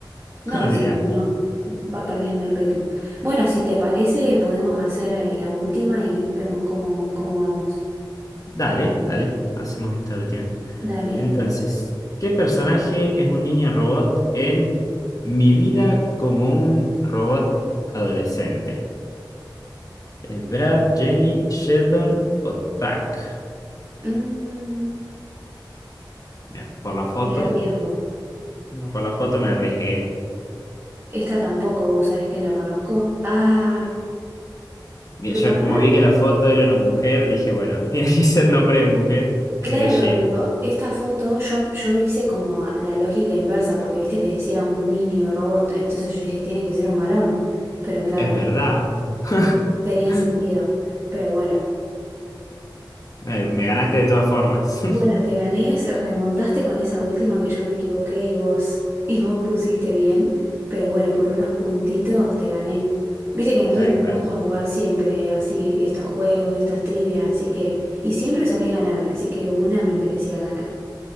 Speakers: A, on the right (about 30°); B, on the left (about 45°).
A: No,
B: <laughs> olvidar.
A: sí, no, va perdiendo el ritmo. Bueno, si te parece, podemos hacer eh, la última y vemos cómo, cómo vamos.
B: Dale, dale, hacemos esta última.
A: Dale.
B: Entonces, ¿qué personaje es un niño robot en Mi vida como un robot adolescente? ¿Es Brad, Jenny, Sheldon o Tuck?
A: Mm,
B: Mira, por la foto,
A: me arriesgo.
B: no, por la foto me arriesgué.
A: Esta tampoco, vos sabés que la conozco. Ah,
B: Bien,
A: pero
B: Yo
A: acá,
B: como vi que la foto era una mujer, dije, bueno, <laughs> tiene que ser nombre de mujer, así
A: claro,
B: que Jenny.
A: pero esta foto yo, yo hice como a- la lógica inversa, porque viste que decía un niño robot, entonces yo dije, tiene que ser un varón, pero claro,
B: Es verdad. <laughs>
A: tenía sentido. Pero bueno.
B: Ay, Me ganaste de todas formas. <laughs>
A: Bueno, te gané, se- remontaste con esa última que yo me equivoqué y vos, <laughs> y vos pusiste bien, pero bueno, por unos puntitos te gané. Viste que a nosotros
B: Tal
A: nos
B: cual.
A: gusta jugar siempre así, estos juegos, estas trivias, así que, y siempre solés ganarme, así que una me merecía ganar.